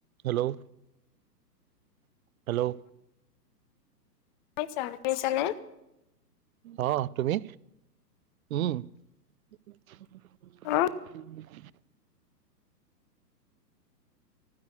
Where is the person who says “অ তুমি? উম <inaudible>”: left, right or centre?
Right